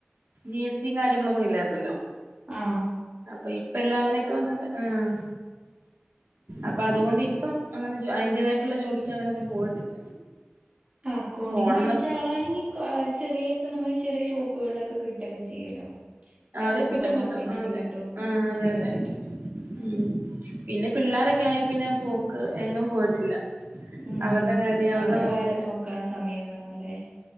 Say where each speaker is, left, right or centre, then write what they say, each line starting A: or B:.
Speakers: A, on the right; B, on the right.
A: ജി എസിം കാര്യങ്ങളൊന്നും ഇല്ലായിരുന്നല്ലോ.
B: ആ
A: അപ്പൊ ഇപ്പ എല്ലാം അങ്ങനെ ഇപ്പ വന്നത് ആഹ് അപ്പൊ അതുകൊണ്ട്
B: ഞാൻ
A: ഇപ്പം അങ്ങനെ അയ്ന്റേതായിട്ട്ള്ള ജോലിക്കങ്ങെനൊന്നും പോയിട്ടില്ല.
B: അക്കൗണ്ടിംഗ്
A: പോണംന്നൊക്കെ
B: പഠിച്ച ആളാണെങ്കി ചെറിയ ഇപ്പൊ നമ്മള് ചെറിയ ഷോപ്പുകൾലൊക്കെ കിട്ടൊക്കെ ചെയ്യല്ലോ. ഏഹ്
A: അതെ
B: സൂപ്പർമാർക്കറ്റില്
A: കിട്ടും കിട്ടും അതെ
B: കിട്ടും
A: ആഹ് അതെ
B: അങ്ങനെയൊക്കെ
A: അതെ
B: കിട്ടും.
A: ഉം പിന്നെ പിള്ളേരൊക്കെ ആയ പിന്നെ പോക്ക് എങ്ങും പോയിട്ടില്ല.
B: ഉം
A: അവര്ടെ കാര്യം അവര്ടെ
B: അവരുടെ
A: നോക്ക്ല്.
B: കാര്യം നോക്കാൻ സമയം വേണല്ലേ